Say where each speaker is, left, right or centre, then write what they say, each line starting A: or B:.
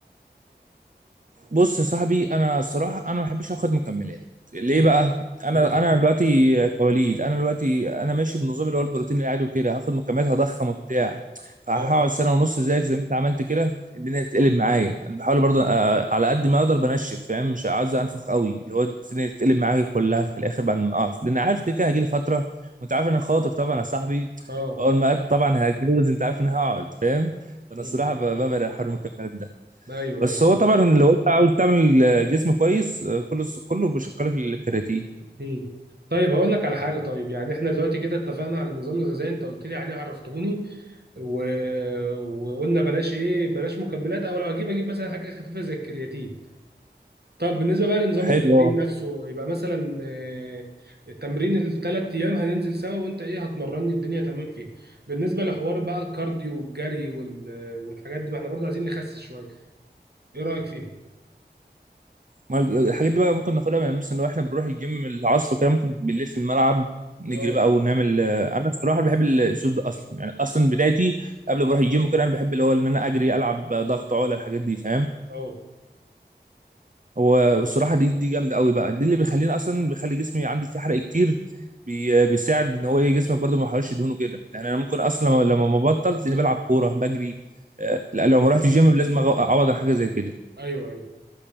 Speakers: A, on the right (about 50°); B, on the right (about 65°).
A: بص يا صاحبي انا الصراحه انا ما بحبش اخد مكملات ليه
B: امم
A: بقى انا
B: اه
A: انا دلوقتي كوليد انا دلوقتي انا ماشي بنظام اللي هو البروتين العادي وكده هاخد مكملات هضخم وبتاع فهقعد
B: اه
A: سنه ونص زيك زي ما انت عملت كده الدنيا تتقلب معايا انا بحاول برضه آه، على قد ما اقدر بنشف فاهم مش عايز انفخ قوي اللي هو الدنيا تتقلب معايا كلها في الاخر بعد ما اقف لان عارف كده كده هجيلي فتره وانت عارف إن انا خاطب طبعا يا صاحبي
B: آه.
A: اول ما أت- طبعا هتجوز انت عارف ان هقعد فاهم فانا
B: مم.
A: الصراحه ب- ببعد عن حوار المكملات ده
B: ايوه
A: بس
B: ايوه
A: هو طبعا لو انت عاوز تعمل جسم كويس آه، كله كله بيشكل في الكرياتين
B: مم. طيب هقول لك على حاجه طيب يعني احنا دلوقتي كده اتفقنا على النظام الغذائي انت قلت لي عليه عرفتهوني و... وقلنا بلاش ايه بلاش مكملات او لو هجيب اجيب مثلا حاجه خفيفه زي الكرياتين طب بالنسبه بقى لنظام
A: حلو
B: التمرين
A: اه
B: نفسه يبقى مثلا آه، التمرين الثلاث ايام هننزل سوا وانت ايه هتمرني الدنيا تمام فيها بالنسبه لحوار بقى الكارديو والجري وال... والحاجات دي ما احنا برضه عايزين نخسس شويه ايه رايك فيها
A: ما ال- الحاجات دي بقى ممكن ناخدها يعني مثلا لو احنا بنروح الجيم العصر وكده ممكن بالليل في الملعب نجري
B: اه
A: بقى ونعمل آه، انا الصراحه بحب الاسلوب ده اصلا يعني اصلا بدايتي قبل ما اروح الجيم كده انا بحب اللي هو ان انا اجري العب ضغط عقله الحاجات دي فاهم
B: اه
A: هو الصراحه دي دي جامده قوي بقى دي اللي بيخليني اصلا بيخلي جسمي عندي فيه حرق كتير بي بيساعد ان هو ايه جسمك برضه ما يحرقش دهونه كده يعني انا ممكن اصلا لما لما ما بطل تلاقيني بلعب كوره بجري آه، لا لو ما رحتش الجيم لازم أغ- اعوض على حاجه زي كده
B: ايوه ايوه